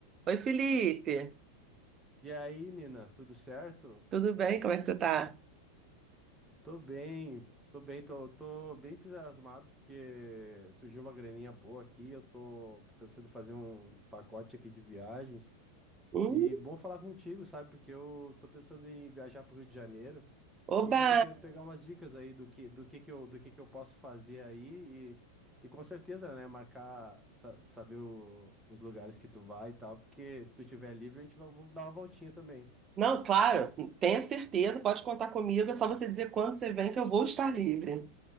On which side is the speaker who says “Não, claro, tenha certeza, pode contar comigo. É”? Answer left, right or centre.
Right